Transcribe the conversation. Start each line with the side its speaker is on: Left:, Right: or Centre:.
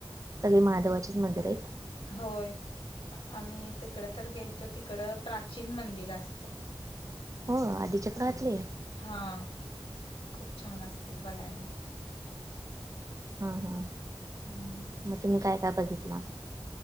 Right: सगळी महादेवाचेच मंदिर आहेत
Left: होय आम्ही तिकड तर गेलतो तिकड प्राचीन मंदिर असत
Right: हो आधीच्या काळातले
Left: हां खूप छान असते बघायला
Right: हां हां
Left: हं.
Right: मग तुम्ही काय काय बघितला